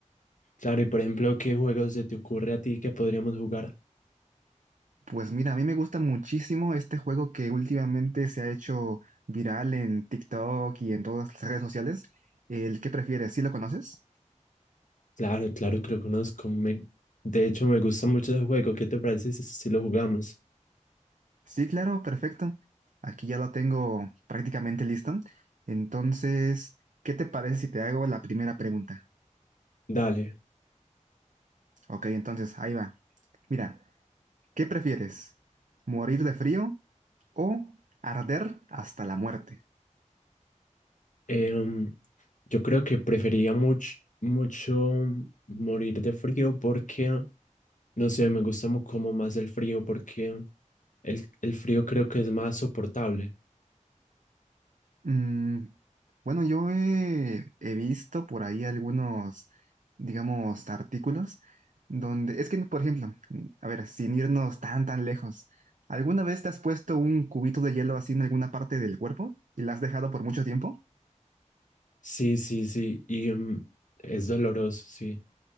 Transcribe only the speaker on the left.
Claro, y por ejemplo, ¿qué juegos se te ocurre a ti que podríamos jugar?
Claro, claro que lo conozco, me- de hecho me gusta mucho ese juego, ¿qué te parece si, si lo jugamos?
Dale,
em, yo creo que prefería mucho, mucho morir de frío porque, no sé, me gusta mu- como más el frío porque el, el frío creo que es más soportable.
Sí, sí, sí, y mm, es doloroso, sí.